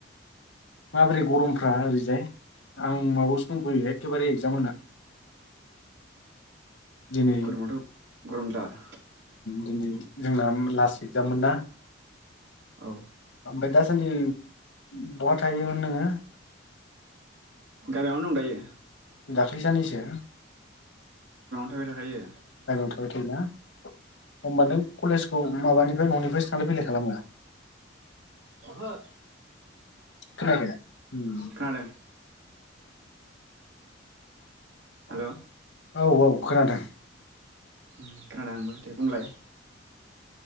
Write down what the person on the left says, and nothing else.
माबोरै गरमफ्रा ओरैजाय आं माबायावसो दंफैयो एखेबारे एक्जाम होना दिनै
दिनै जोंना लास्ट एक्जाम मोन ना
<unintelligible> आ बहा थायोमोन नोङो
दाख्लै साननैसो गामियावनो
थाबाय थायोना अ होमबा नों कलेज खौ माबानिफ्राय न'निफ्रायसो थांलाय फैलाय खालामो
खोनायाखै उम
औ औ खोनादों